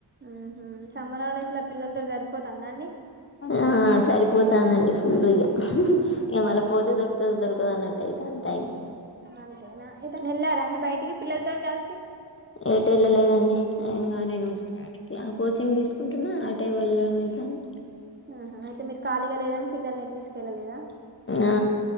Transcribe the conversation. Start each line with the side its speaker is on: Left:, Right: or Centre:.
Right: ఆహ సమ్మర్హాల్డేస్లో పిల్లలతో జరిపోతుందా అండి
Left: ఆ సరిపోతందండి ఫుల్ ఇగ
Right: ఉహు,
Left: ఇగ మళ్ళ పోతే దొరుకుతదో దొరకదో అన్నట్టు అయితది టైము
Right: అంతేనా ఏదైనా వెళ్ళారా అండి బయటికి పిల్లలతో కలిసి
Left: ఏట్లలేదండి ఏంగ నేను ఆ కోచింగ్ తీసుకుంటున్న అటే వెళ్ళడం అయితంది
Right: ఆహ అయితే మీరు కాలీగ లేదని పిల్లల్నేటు తీసుకెళ్లలేదా
Left: ఆ